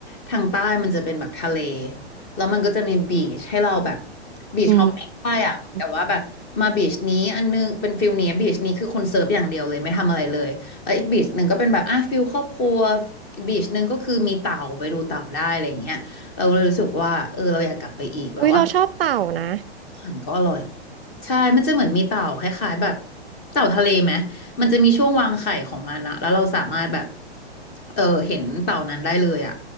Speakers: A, on the left; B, on the right.
A: ทางใต้มันจะเป็นแบบทะเลแล้วมันก็จะมีบีชให้เราแบบบีชฮอปปิ้งได้อ่ะแต่ว่าแบบมาบีชนี้อันนึงเป็นฟิลนี้บีชนี้คือคนเซิร์ฟอย่างเดียวเลยไม่ทำอะไรเลย
B: อืม
A: แล้วอีกบีชหนึ่งก็เป็นแบบอ่ะฟิลครอบครัวอีกบีชหนึ่งก็คือมีเต่าไปดูเต่าได้อะไรอย่างเงี้ยเราเลยรู้สึกว่าเออเราอยากกลับไปอีกแล้วว่า
B: อุ้ยเราชอบเต่านะ
A: อาหารก็อร่อยใช่มันจะเหมือนมีเต่าคล้ายๆแบบเต่าทะเลไหมมันจะมีช่วงวางไข่ของมันอะแล้วเราสามารถแบบเออเห็นเต่านั้นได้เลยอะ